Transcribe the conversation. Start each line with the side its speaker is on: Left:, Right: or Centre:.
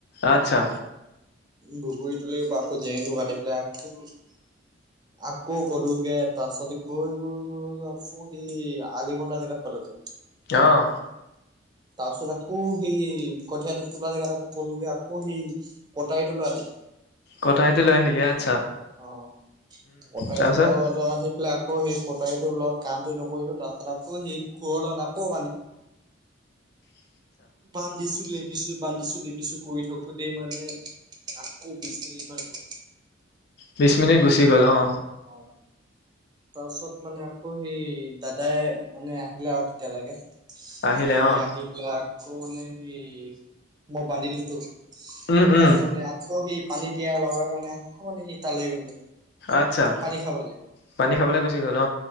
Left: আচ্ছা।
Right: বগৰী তুলি আকৌ জেংটো কাটি পেলাই আ আকৌ গ'লোগে তাৰ পিছতে গৈ, গৈ, গৈ, গৈ আকৌ সি আলিবন্ন্দা জেগাত পালোগে।
Left: অ',
Right: তাৰপিছত আকৌ সেই কঠীয়াটো তোলা জেগাত আকৌ গলাগৈ। আকৌ সি কটাৰীটো লৈ আহিলোগৈ।
Left: কটাৰী তো লৈ আহিলি ইয়াত।
Right: অ' কটাৰী
Left: তাৰপিছত
Right: তো লৈ সেইবিলাক আকৌ সেই কটাৰীটোৰ লগত কামটো নকৰিলো তাৰপাছত আকৌ সেই ঘঁ লগত আকৌ
Left: <inaudible>
Right: বান্ধিছো, লেভিছো, বান্ধিছো লেবিছো, কৰি থাকোতে মানে আকৌ বিশ মিনিটমান গল।
Left: বিশ মিনিট গুচি গ'ল অ।
Right: অ তাৰপিছত মানে আকৌ সেই দাদাই মানে আহিলে আৰু তেতিয়ালৈকে
Left: আহিলে
Right: সি
Left: অ',
Right: আহি পেলাই আকৌ মানে সি মই বান্ধিলো তো
Left: উম উম
Right: তাৰ মানে আকৌ সি পানী পিয়াৰ লগাৰ কাৰণে আকৌ মানে সি তালৈ গ'লগে।
Left: আচ্ছা,
Right: পানী খাবলে
Left: পানী খাবলৈ গুচি গ'ল ন?